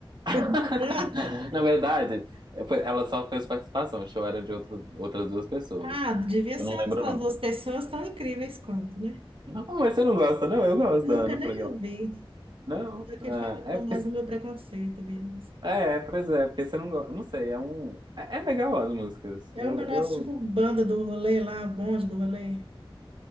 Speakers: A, on the right; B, on the right.
A: <laughs>
B: <laughs>
A: Na verdade, foi- ela só fez participação. O show era de outro, outras duas pessoas.
B: Ah, devia
A: Eu
B: ser
A: não lembro
B: as
A: o
B: as
A: nome.
B: duas pessoas tão incríveis quanto, né?
A: Oh, mas você não gosta, não? Eu gosto
B: Eu
A: da
B: nunca
A: Ana
B: nem
A: Frango Elétrico.
B: ouvi.
A: Não?
B: Eu que
A: Ah,
B: falo
A: é,
B: com
A: porque-
B: base no meu preconceito mesmo.
A: é, pois é, porque você não gosta. Não sei, é um. É, é legal as músicas.
B: É
A: Eu,
B: um negócio
A: eu,
B: tipo banda do rolê lá, bonde do rolê.